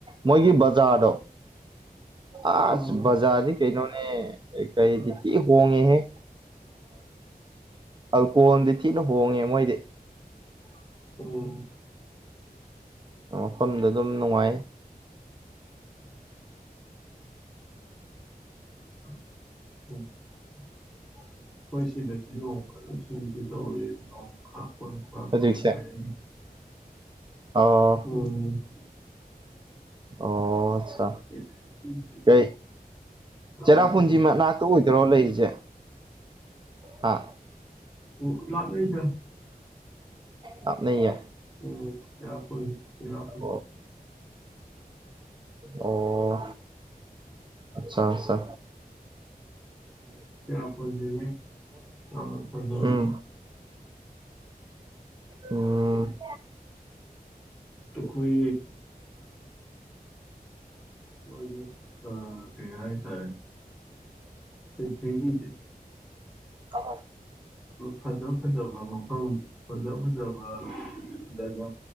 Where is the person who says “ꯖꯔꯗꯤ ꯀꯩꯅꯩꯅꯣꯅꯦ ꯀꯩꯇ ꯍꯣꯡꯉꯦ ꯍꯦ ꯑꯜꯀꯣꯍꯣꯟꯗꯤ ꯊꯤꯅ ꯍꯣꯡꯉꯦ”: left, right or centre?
Right